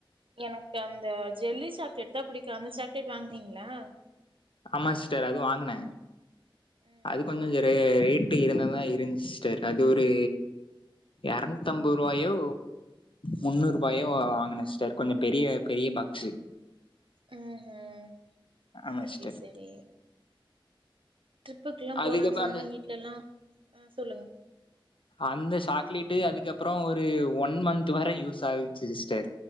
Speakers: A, on the right (about 70°); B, on the left (about 70°).
A: எனக்கு அந்த ஜெல்லி சாக்லெட் தா புடிக்கு அந்த சாக்லெட் வாங்னீங்ளா
B: ஆமா சிஸ்டர் அது வாங்குனே
A: ம்ஹும்
B: அது கொஞ்சோ ரே ரேட்டு இருந்த தா இருந்த சிஸ்டர் அது ஒரு எரநூத்தம்ப ரூவாயோ முன்னூரூபாயோ
A: ம்ஹும்
B: வாங்கின சிஸ்டர் கொஞ்சோ பெரிய பெரிய பாக்சு
A: ம் ம்
B: ஆமா
A: செரி
B: சிஸ்டர்
A: செரி ட்ரிப்புக்கெல்லா
B: அதுக்கப்புற
A: போறோன் சொன்னோன்ன
B: அந்த
A: வீட்லல்லா ஆ சொல்லுங்
B: அந்த சாக்லேட்டு அதுக்கப்றோ ஒரு ஒன் மந்த் வர யூஸ் ஆகுச்சு சிஸ்டர்